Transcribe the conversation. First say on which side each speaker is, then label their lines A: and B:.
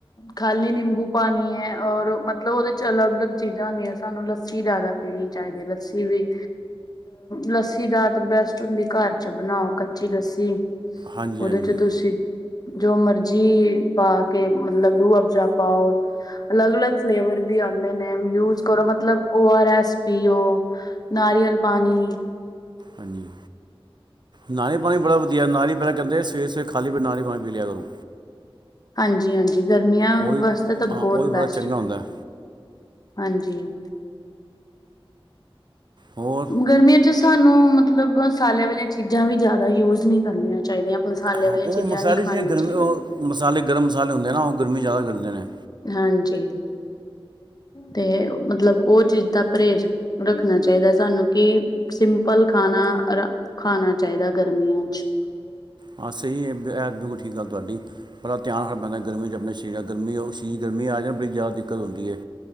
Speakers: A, on the left; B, on the right.
A: ਖ਼ਾਲੀ ਨਿੰਬੂ ਪਾਨੀ ਏ ਔਰ ਮਤਲਬ ਉਦੇ ਚ ਅਲੱਗ-ਅਲੱਗ ਚੀਜ਼ਾਂ ਹੁੰਦੀਆਂ ਸਾਨੂੰ ਲੱਸੀ ਜਾਦਾ ਪੀਣੀ ਚਾਹੀਦੀ ਏ ਲੱਸੀ ਵੀ ਲੱਸੀ ਜਾਦਾਤਰ ਬੈਸਟ ਹੁੰਦੀ ਘਰ ਚ ਬਣਾਓ ਕੱਚੀ ਲੱਸੀ।
B: ਹਾਂਜੀ
A: ਉਦੇ
B: ਹਾਂਜੀ
A: ਚ ਤੁਸੀਂ ਜੋ ਮਰਜ਼ੀ ਪਾ ਕੇ ਮਤਲਬ ਰੂਹ ਅਫ਼ਜ਼ਾ ਪਾਓ ਅਲੱਗ-ਅਲੱਗ ਫਲੇਵਰ ਵੀ ਆਦੇ ਨੇ ਯੂਜ ਕਰੋ ਮਤਲਬ ਓ ਆਰ ਐਸ ਪੀਓ। ਨਾਰੀਅਲ ਪਾਨੀ।
B: ਹਾਂਜੀ, ਨਾਰੀਅਲ ਪਾਨੀ ਬੜਾ ਵ ਜੀ ਹਾ ਨਾਰੀਅਲ ਪਾ ਕੇੰਦੇ ਸਵੇ ਸਵੇਰੇ ਖਾਲੀ ਪੇ ਨਾਰੀਅਲ ਪਾਨੀ ਪੀ ਲਿਆ ਕਰੋ।
A: ਹਾਂਜੀ-ਹਾਂਜੀ ਗਰਮੀਆਂ
B: ਉਹ ਵੀ
A: ਵਾਸਤੇ ਤਾਂ
B: ਹਾਂ
A: ਬੋਤ
B: ਉਹ ਵੀ ਬੜਾ
A: ਬੈਸਟ
B: ਚੰਗਾ ਹੁੰਦਾ
A: ਹਾਂਜੀ।
B: ਹੋਰ?
A: ਗਰਮੀਆਂ ਚ ਸਾਨੂੰ ਮਤਲਬ ਸਾਲੇ ਵਾਲੀਆਂ ਚੀਜ਼ਾਂ ਵੀ ਜਾਦਾ ਯੂਜ਼ ਨੀ ਕਰਨੀਆ ਚੇਈਦੀਆ। ਮਸਾਲੇ
B: ਹਾਂ
A: ਵਾਲੀਆਂ
B: ਉਹ
A: ਚੀਜ਼ਾਂ
B: ਮਸਾਲੇ
A: ਨੀ ਖਾਣੀਆਂ
B: ਜਿਵੇਂ ਗਰਮੀ
A: ਚਾਈਦੀਆ।
B: ਉਹ ਮਸਾਲੇ ਗਰਮ ਮਸਾਲੇ ਹੁੰਦੇ ਨਾ ਓ ਗਰਮੀ ਜਾਦਾ ਕਰਦੇ ਨੇ।
A: ਹਾਂਜੀ। ਤੇ ਮਤਲਬ ਉਹ ਚੀਜ਼ ਦਾ ਪਰੇਜ਼ ਰੱਖਣਾ ਚਾਹੀਦਾ ਸਾਨੂੰ ਕਿ ਸਿੰਪਲ ਖਾਣਾ ਅਰਾ ਖਾਨਾ ਚਾਈਦਾ ਗਰਮੀਆਂ ਚ।
B: ਹਾਂ ਸਈ ਏ ਐ ਬਿਲਕੁਲ ਠੀਕ ਗੱਲ ਤੁਹਾਡੀ। ਪਨਾ ਧਿਆਨ ਰੱਖਣਾ ਪੈਂਦਾ ਗਰਮੀ ਚ ਆਪਣੇ ਸ਼ਰੀਰ ਗਰਮੀ ਆਓ ਸ਼ਰੀਰ ਗਰਮੀ ਆ ਜੇ ਨਾ ਬੜੀ ਜਾਦਾ ਦਿੱਕਤ ਹੁੰਦੀ ਐ।